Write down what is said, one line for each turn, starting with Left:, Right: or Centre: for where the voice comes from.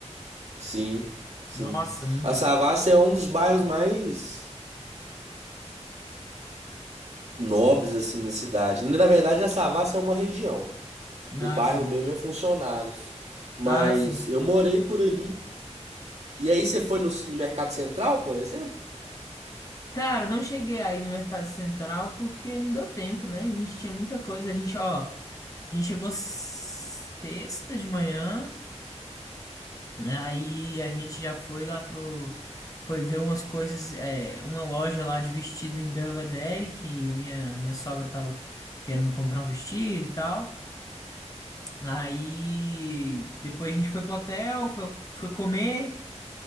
Right: Sim, sim.
Left: Nossa, muito.
Right: A Savassi é um dos bairros mais nobres, assim, da cidade. Na verdade, a Savassi é uma região. O
Left: Ah,
Right: bairro
Left: sim.
Right: mesmo é funcionários. Mas
Left: Ah, sim.
Right: eu morei por ali. E aí você foi no, no Mercado Central, por exemplo?
Left: Cara, não cheguei aí no Mercado Central porque não deu tempo, né? A gente tinha muita coisa. A gente, ó. A gente chegou sexta de manhã. Né, Aí a gente já foi lá pro. Foi ver umas coisas, é, uma loja lá de vestido em Belvedere, que a minha, minha sogra tava querendo comprar um vestido e tal. Aí depois a gente foi pro hotel, foi, foi comer